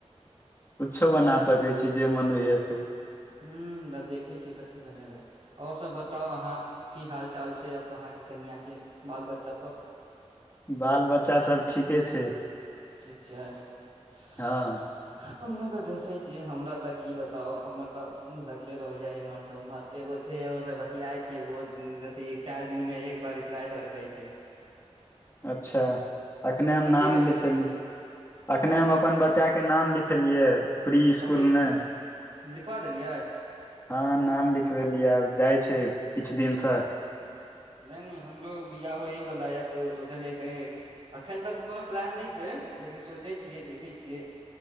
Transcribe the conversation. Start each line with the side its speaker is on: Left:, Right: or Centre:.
Left: कुछो
Right: कनि
Left: बना सकै छी जे मन होइय से।
Right: हूँ त देखै छियै कथी बनेबै। और सभ बताउ अहाँ की हाल चाल छै अप अहाँके कनिआँके बाल बच्चा सब।
Left: बाल बच्चा सब ठीके छै।
Right: ठीक छै। <unintelligible>
Left: हँ
Right: हमरा तऽ देखै छियै हमरा तऽ की बताउ हमर तऽ लगले रहैय एम्हरसँ उम्हर। एगो छै एगोसँ बतियाइ छीयै ओहो अथी चारि दिनमे एक बार रिप्लाइ द दै छै।
Left: अच्छा अखने हम
Right: कथी
Left: नाम
Right: के
Left: लिखेली अखने
Right: आँय
Left: हम अपन बच्चा। के नाम लिखेलियै। प्री
Right: कथीन
Left: स्कुलमे
Right: लिखबा देलियै।
Left: हँ नाम लिखबेलिय आब जाइ छै किछ दिन सँ।
Right: नइ नइ हमरो बियाह होइय बाला ये तऽ ओ सोचलियै कहीँ। अखैन तक कोनो प्लान नइ छै लेकिन सोचै छियै देखै छियै।